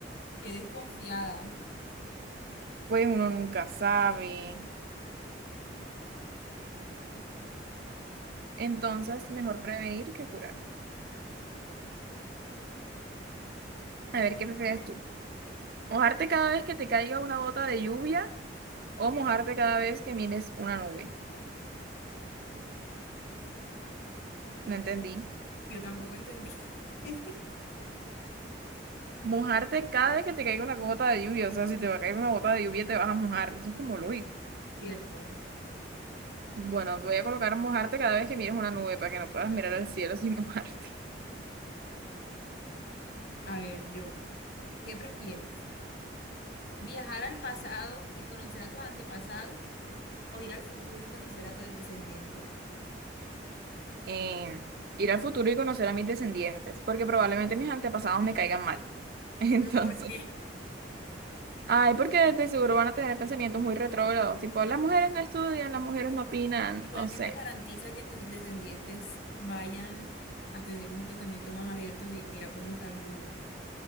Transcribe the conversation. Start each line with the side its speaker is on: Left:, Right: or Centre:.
Left: Qué desconfiada.
Right: pues uno nunca sabe. Entonces, mejor prevenir que curar. A ver, ¿qué prefieres tú? ¿Mojarte cada vez que te caiga una gota de lluvia o mojarte cada vez que mires una nube? No entendí.
Left: Yo tampoco entendí. <laughs>
Right: Mojarte cada vez que te caiga una gota de lluvia. O sea, si te va a caer una gota de lluvia, te vas a mojar. Eso es como lógico.
Left: Cierto.
Right: Bueno, te voy a colocar mojarte cada vez que mires una nube para que no puedas mirar al cielo sin <laughs> mojarte.
Left: A ver, yo, ¿qué prefieres? ¿Viajar al pasado y conocer a tus antepasados o ir al futuro y conocer a tus descendientes?
Right: Eh, ir al futuro y conocer a mis descendientes, porque probablemente mis antepasados me caigan mal. <laughs> Entonces,
Left: ¿Pero por qué?
Right: ay, porque de seguro van a tener pensamientos muy retrógrados, tipo, las mujeres no estudian, las mujeres no opinan,
Left: Igual
Right: o
Left: que
Right: sea.
Left: te garantiza que tus descendientes vayan a tener un pensamiento más abierto si mira cómo está el mundo.